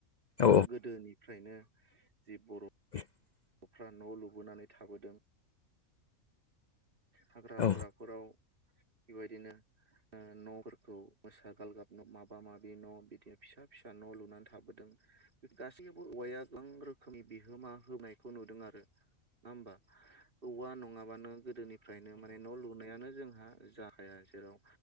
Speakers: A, on the left (about 60°); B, on the right (about 40°).
A: औ
B: गोदोनिफ्रायनो जि बर'।
A: <inaudible>
B: न'फ्रा न' लुबोनानै थाबोदों । हाग्रा
A: औ
B: बंग्राफोराव बेबायदिनो न'फोरखौ मोसा गालगाब माबा माबि न' बिदि फिसा फिसा न' लुनानै थाबोदों। गासैयावबो औवाया गोबां रोखोमनि बिहोमा होनोबायखौ नुदों आरो। नङा होमबा औवा नङाबानो गोदोनिफ्रायनो माने न' लुनायानो जोंहा। जाहाया जेराव